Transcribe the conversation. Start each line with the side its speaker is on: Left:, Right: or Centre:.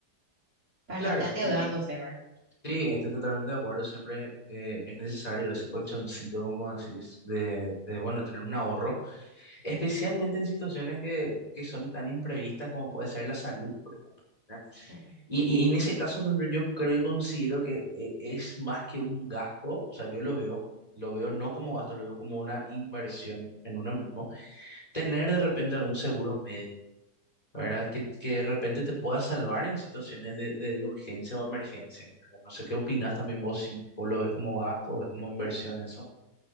Right: para
Left: Claro,
Right: no estar endeudándose,
Left: y, y
Right: ¿verdad?
Left: sí, estoy totalmente de acuerdo, siempre eh, es necesario ese colchoncito, como decís, de, de, bueno, tener un ahorro, especialmente en situaciones que, que son tan imprevistas como puede ser la salud, por ejemplo. ¿verdad?
Right: Sí.
Left: Y, y en ese caso, por ejemplo, yo creo y considero que eh, es más que un gasto, o sea, yo lo veo, lo veo no como gasto, lo veo como una inversión en uno mismo tener de repente algún seguro médico, ¿verdad? Que, que de repente te pueda salvar en situaciones de, de, de urgencia o emergencia, ¿verdad? No sé qué opinas también vos, si vos lo ves como gasto o ves como inversión eso.